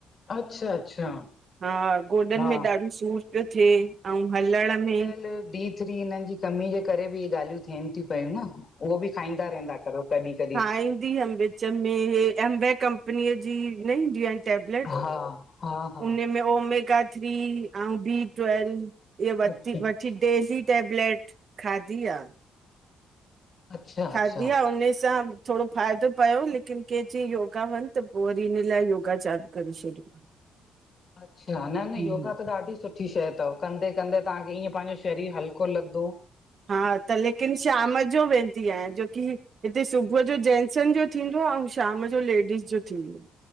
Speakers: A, on the left; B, on the right.
A: अच्छा -अच्छा
B: हा गोॾनि
A: हा
B: में ॾाढो सूर पियो थें। आउं हलण में
A: बीज <inaudible> <unintelligible> थ्री हिननि जी कमी जे करे बि इहे ॻाल्हियूं थियनि थिं पयूं न। उहो ॿी खाईंदा रहंदा करो, कॾहिं, कॾहिं।
B: खाइन्दी वम <unintelligible> चम्मे हे एमबै कंपनीअ जी न इन्दी आहिन। टेबलेट,
A: हा हा हा
B: उन में ओमेगा थ्री, आंउ बी ट्वेल् इय वरती
A: अच्छा
B: वट थी डेली टेबलेट खादी आ।
A: अच्छा
B: खादी
A: अच्छा
B: आ उने सां थोड़ो फ़ाइदो पयो लेकिन कें चईं योगा वञ त पो वरी इन लाइ योगा चालू करे छॾियो।
A: अच्छा न न
B: हम्म
A: योगा त ॾाढी सुठ ठी शय तव, कंदे, कंदे तव्हांखे ईअं पाहिंजो शरीर हल्को लॻदो।
B: हा त लेकिन शाम जो वेंदी आयां जोकी हिते सुबुह जो जैनसन जो थींदो आ आउं शाम जो लेडीस जो थींदो आ।